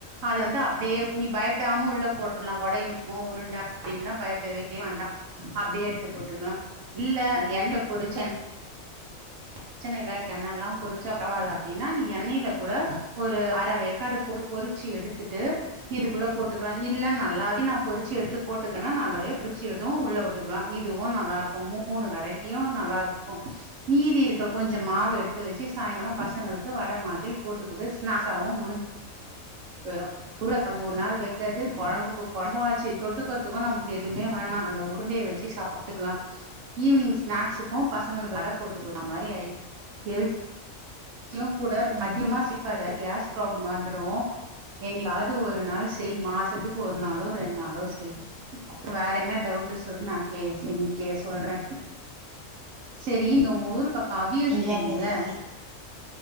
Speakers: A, on the right; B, on the right.
A: அத வந்து அப்டியே நீ பயப்படாம உள்ள போட்றலா ஒடையுமோ உருண்ட அப்டினுலா பயப்படவே வேண்டா அப்டியே எடுத்து போட்டுகலா இல்ல என்ன பொருச்சன் பிரச்சன இல்ல எண்ணெல்லா பொரிச்சா பரவால அப்டினா நீ எண்ணெயில கூட ஒரு அர வேக்காடு போட்டு பொரிச் ச்சி எடுத்துட்டு இதுக்குள்ள போட்டுக்கலா இல்ல நல்லாவே நா பொரிச்சு எடுத்து போட்டுக்கனா நல்லாவே பொரிச்சு எடு உள்ள போட் த்துக்கலா இதுவு நல்லா இருக்கு மூணு வெரைட்டியு நல்லா இருக்கு மீதி இரு கொஞ்ச மாவு எடுத்து வச்சு சாயங்கால பசங்களுக்கு வட மாதிரி போட்டுக்கொடு ஸ்நாக்ஸாவு முடிஞ்சு போயிரு உருள கொழம்பு ஒரு நாள் வைக்காது கொழம்புக்கு கொழம்பு ஆச்சு தொட்டுக்கறத்துக்கும் நம்மளுக்கு எதுமே வேணா அந்த உருண்டைய வச்சு சாப் பாத்துக்லா ஈவினிங் ஸ்நாக்ஸுக்கு பசங்களுக்கு வட போட்டு குடுத்த மாறி ஆயிடு ஹெல்த் தியு கூட
B: ம்
A: அதிகமா சிக்காத கேஸ் ப்ராப்ளம் வந்துரு எங்காவது ஒரு நாள் செய் மாசத்துக்கு ஒரு நாளோ ரெண் நாளோ செய் அப்ப வேற என்ன டவுட் சொல்லு கே இன்னைக்கே சொல்ற சரி நீங்க உங்க ஊரு பக்க அவியல் செய்வீங்கல்ல
B: இல்ல நீ இ